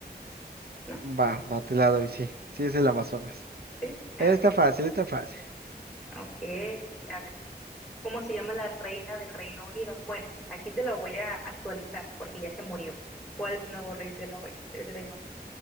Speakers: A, in the centre; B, on the right.
A: ¿No?
B: Va,
A: ¿No?
B: va, te la doy, sí. Sí, es el Amazonas.
A: Sí, sí. Ah,
B: Está
A: ok.
B: fácil, está fácil.
A: Ok, a ver. ¿Cómo se llama la reina del Reino Unido? Bueno, aquí te la voy a actualizar porque ya se murió. ¿Cuál es el nuevo rey del, Nue- del Reino Unido?